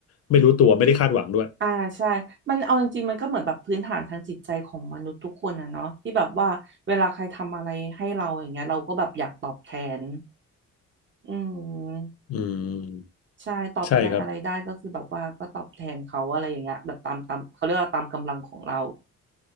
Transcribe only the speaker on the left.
ไม่รู้ตัวไม่ได้คาดหวังด้วย
อืม
ใช่ครับ